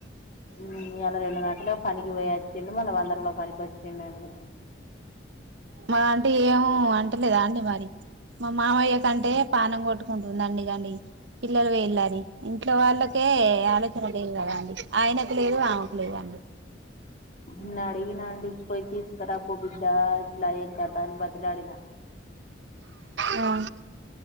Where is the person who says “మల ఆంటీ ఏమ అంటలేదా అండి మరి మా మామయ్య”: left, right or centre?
Right